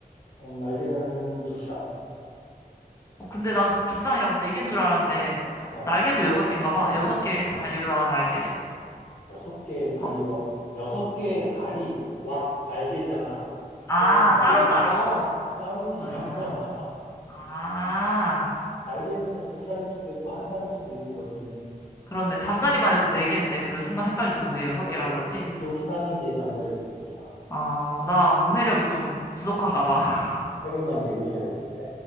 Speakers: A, on the left; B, on the left.
A: 어, 날개는 두 쌍.
B: 어, 근데 나도 두쌍이라서 네 개인 줄 알았는데
A: 어,
B: 날개도 여섯 개인가 봐. 여섯 개의 다리와 날개래.
A: 여섯 개의 다리와,
B: 막,
A: 여섯 개의 다리와 날개잖아.
B: 아,
A: 그러면 날개는
B: 따로따로?
A: <laughs> 따로지,
B: 아,
A: 이 양반아.
B: 아,
A: 날개는 그냥 두 쌍일 수도 있고, 한 쌍일 수도 있는 거지.
B: 그렇네. 잠자리만 해도 네개인데 그래, 순간 헷갈려서 왜 여섯
A: 그러니까
B: 개라 그러지? 이랬어.
A: 두 쌍이지, 잠자리도 두 쌍.
B: 아, 나 문해력이 좀 부족한가
A: 음,
B: 봐. <laughs>
A: 책을 많이 읽으셔야겠는데?